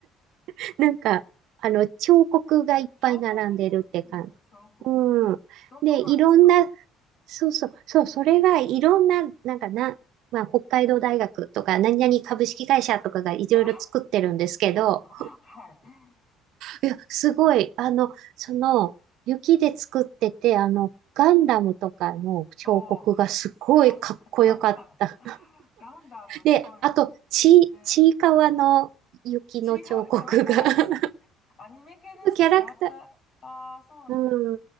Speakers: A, on the right; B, on the left.
A: <laughs> なんか、あの、彫刻がいっぱい並んでるって感じ。
B: 彫刻ね。うん、彫刻。
A: うん。
B: ど、
A: で、
B: どうなんですか
A: いろんな、そうそう、そう、それがいろんな、なんかな、まあ、北海道大学とか、何々株式会社とかがいろいろ作ってるんですけど、
B: あ、<laughs> はい。
A: いや、すごい。あの、その、雪で作ってて、あの、ガンダムとかの彫刻がすごいかっこよかった。
B: おおガンダ、ガンダム。ガンダム、すごい。
A: で、あと、ち、
B: ね。
A: ちいかわの雪の彫刻が
B: ちいかわ、キャラクターなんですね。
A: <laughs>
B: アニメ系ですね。
A: キャラクター、
B: キャラクター。
A: <laughs>
B: ああ、そうなんだ。
A: うん、